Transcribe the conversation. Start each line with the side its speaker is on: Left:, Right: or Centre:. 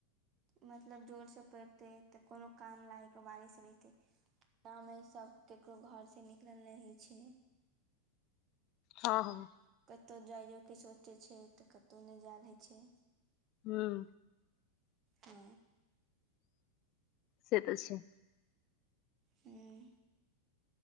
Right: मतलब जोरसँ पड़तै, तऽ कोनो काम लागि लायक बारिश रहहितै। ग गामे सभ केकरो घरसँ निकलल नहि होइ छै।
Left: हँ- हँ।
Right: कतहु जाइयोके सोचै छै, तऽ कतहु नहि जायल होइ छै।
Left: हूँ।
Right: हँ
Left: से तऽ छै।
Right: हूँ।